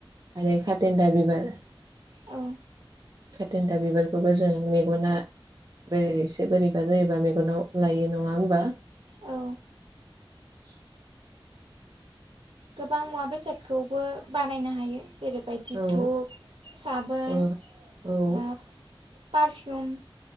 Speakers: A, on the right; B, on the right.
A: आरो खाथेनदा बिबार
B: औ
A: खाथेनदा बिबार- खौबो जों मेगनाबो एसे बोरैबा जायोबा मेगनाव लायो नङा होमबा
B: औ
A: <unintelligible> <inaudible>
B: गोबां मुवा बेसादखौबो बानायनो हायो जेरैबायदि
A: औ
B: धुप साबोन
A: अ औ
B: ओ पारफिउम